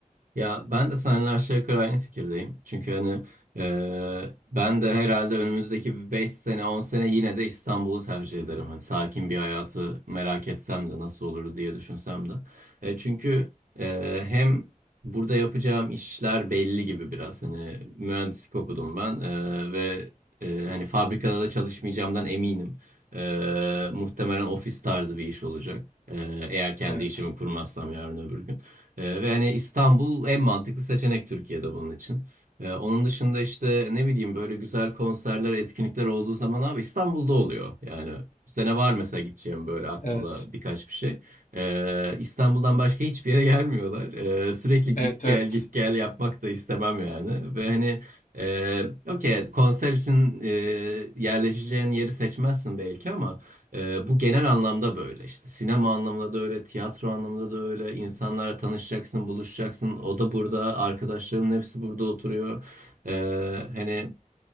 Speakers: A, on the right; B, on the left.
A: Ya ben de seninle aşağı yukarı aynı fikirdeyim. Çünkü hani e, ben de herhalde önümüzdeki 5 sene 10 sene yine de İstanbul'u tercih ederim. Hani sakin bir hayatı merak etsem de nasıl olur diye düşünsem de. E, çünkü e, hem burada yapacağım işler belli gibi biraz. Hani mühendislik okudum ben e, ve e, hani fabrikada da çalışmayacağımdan eminim. E, muhtemelen ofis tarzı bir iş olacak. E, eğer kendi
B: Evet.
A: işimi kurmazsam yarın öbür gün. Ee, ve hani İstanbul en mantıklı seçenek Türkiye'de bunun için. Ee, onun dışında işte ne bileyim böyle güzel konserler, etkinlikler olduğu zaman abi İstanbul'da oluyor. Yani bu sene var mesela gideceğim böyle aklımda
B: Evet.
A: birkaç bir şey. Ee, İstanbul'dan başka hiçbir yere gelmiyorlar. Ee, sürekli
B: Evet
A: git gel
B: evet.
A: git gel yapmak da istemem yani. Ve hani e, okey konser için e, yerleşeceğin yeri seçmezsin belki ama ee, bu genel anlamda böyle işte sinema anlamında da öyle, tiyatro anlamında da öyle. İnsanlara tanışacaksın, buluşacaksın. O da burada, arkadaşlarımın hepsi burada oturuyor. Ee, hani